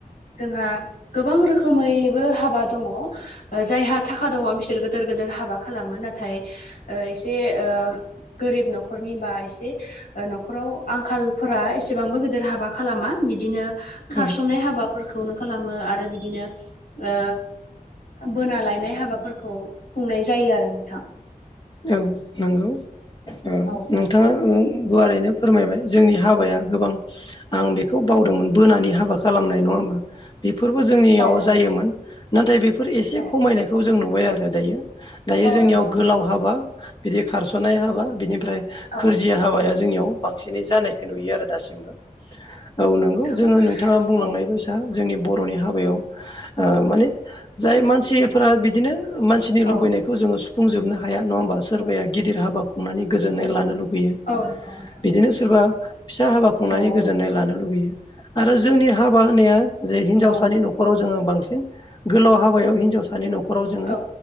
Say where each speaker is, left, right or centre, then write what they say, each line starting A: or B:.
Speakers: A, on the left; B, on the left.
A: जोंहा गोबां रोखोमैबो हाबा दङ ओ जायहा थाखा दङ बिसोर गोदोर गोदोर हाबा खालामो नाथाय एसे ओ गोरिब न'खरनि बा एसे न'खराव आंखालफोरा एसेबांबो गोदोर हाबा खालामा बिदिनो खारसनाय
B: औ
A: हाबा फोरखौनो खालामो आरो बिदिनो ओ बोना लायनाय हाबाफोरखौ खुंनाय जायो आरो नोंथां
B: औ नंगौ ओ
A: औ
B: नोंथाङा ओ गुवारैनो फोरमायबाय जोंनि हाबाया गोबां आं बेखौ बावदोंमोन बोनानि हाबा खालामनाय नङा होमबा बेफोरबो जोंनियाव
A: औ नंगौ
B: जायोमोन नाथाय बे फोर एसे
A: औ
B: खमायनायखौ जों नुबाय आरो दायो दायो
A: औ
B: जोंनियाव
A: नंगौ नोंथां
B: गोलाव हाबा बिदि खारस'ननाय हाबा बिनिफ्राय
A: औ
B: गोरजिया हाबाया जोंनियाव बांसिनै जानायखौ नुयो आरो दासिमबो औ नोंगौ
A: नोंथां
B: जोङो नोंथाङा बुंलांनाय
A: औ
B: बायसा जोंनि बर'नि हाबायाव ओ माने जाय मानसिफोरा बिदिनो मानसिनि
A: औ
B: लुबैनायखौ जोङो सुफुंजोबनो हाया नङा होमबा सोरबाया गिदिर हाबा खुंनानै गोजोननाय लानो लुुबैयो
A: औ नंगौ नोंथां
B: बिदिनो सोरबा फिसा हाबा खुंनायनि
A: औ औ
B: गोजोननाय लानो लुुबैयो आरो जोंनि हाबा होनाया जे हिनजावसानि
A: औ नंगौ
B: न'खराव जोङो बांसिन गोलाव हाबायाव हिनजावसानि न'खराव जों
A: औ